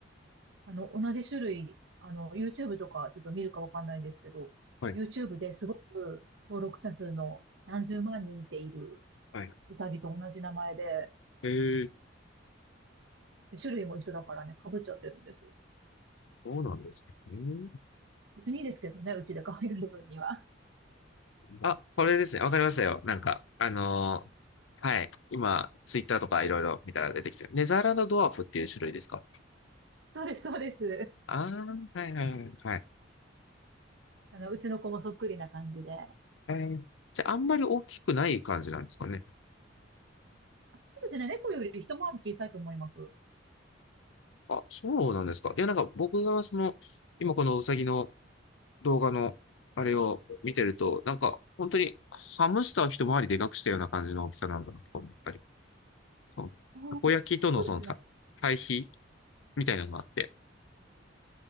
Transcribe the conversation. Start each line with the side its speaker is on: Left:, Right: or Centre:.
Right: あの、同じ種類、あの、YouTube とかちょっと見るかわかんないんですけど、
Left: はい。
Right: YouTube ですごく登録者数の何十万人っている
Left: はい。
Right: ウサギと同じ名前で、
Left: えー、
Right: で種類も一緒だからね、被っちゃってるんです。
Left: そうなんですね。
Right: 別にいいですけどね、うちで可愛がる分には。
Left: あ、あこれですね。わかりましたよ。なんか、あのーはい。今、ツイッターとかいろいろ見たら出てきてる。ネザーランドドワーフっていう種類ですか
Right: <laughs> そうです、そうです。
Left: ああー、はいはいはい。はい。
Right: あの、うちの子もそっくりな感じで。
Left: えーじゃあ、あんまり大きくない感じなんですかね。
Right: そうですね、猫より一回り小さいと思います。あ
Left: あ、そうなんですか。いや、なんか僕がその、今このウサギの動画の、あれを見てると、なんか、本当に、ハムスターを一回りでかくしたような感じの大きさなんだなと思ったり。そう。
Right: ーそうですね。
Left: たこ焼きとのそのた対比みたいなのがあって。